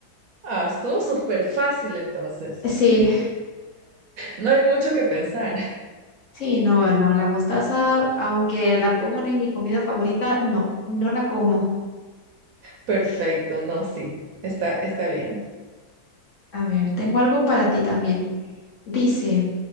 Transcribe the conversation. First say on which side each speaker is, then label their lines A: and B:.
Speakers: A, on the right; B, on the left.
A: Ah, estuvo súper fácil entonces.
B: Sí,
A: No hay mucho que pensar.
B: sí, no, no. La mostaza, aunque la pongan en mi comida favorita, no, no la como.
A: Perfecto, no, sí, está, está bien.
B: A ver, tengo algo para ti también. Dice,